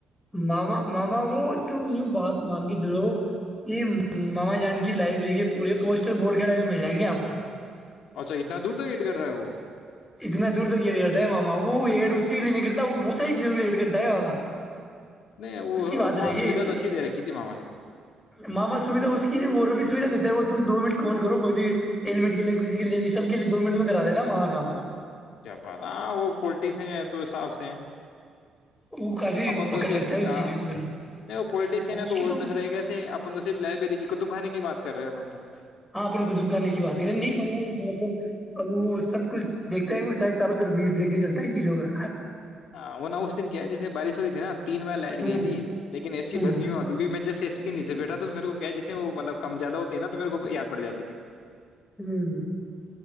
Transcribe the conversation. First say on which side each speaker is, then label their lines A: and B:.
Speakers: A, on the left; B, on the left.
A: ماما ماما وہ توم یوں بات مان کے چلو یہ ماما جان کی لائبریری کے پورے پوسٹر بور کھڑا بھی مل جائیں گے آپ کو
B: اچھا اتنا دور تک ایڈ کر رہا ہے وہ
A: اتنا دور تک یہڈ کرتا ہے ماما وہ اسی کے لیے نہیں کرت,, ا ہے وہ بہت ساری چیزوں کرتا ہے ماما
B: نہیں وہ
A: اس کی بات
B: م
A: رہے گی
B: سویدھا توچ دے رہا کت مع مھے
A: ماما سویدھا اس نہیں وہ بھی سویدھا دیتا ہے وہ تم دو منٹ کال کرو کوئی بھی ہیللمٹ کے لیے کسی کے لیے سب کے لیے دو منٹ میں کرا دیتا کام
B: جپان ہاں وہ پولٹیسن ہے تو حساب سے ہیں
A: وہ کافی
B: اپن توسی
A: پکڑ رکھتا
B: نہیں
A: ہے اس چیز کے اوپر
B: وہ پوولٹیشن
A: اور
B: ہے
A: اس
B: تو
A: کی
B: میںس رہے گیا اپن تو پل ری کی کتطب خانے کی بات کرے ہو کم جی
A: ہاں اپن قطب کرنے کی بات کریں نہیں پر وہ مطلب اب وہ سب کچھ دیکھتا ہے وہ چ چاروں طرف بیج لے کے چلتا ہے چیزوں کا
B: ہاں وہ ن اس دن کیا ہے جیسے بارش ہو رہی تھی نا تین بار لائٹ
A: ہوں
B: گئی تھی لیکنے س
A: ہوں
B: بند نہیں ہوا کیونکہ میں جسے س کے نیچے بیٹھا تو میرے کو کہ جیے وہ ملب کم زیادہ ہوتے نا تو میرے کو یاد پڑ جات تے
A: ہوں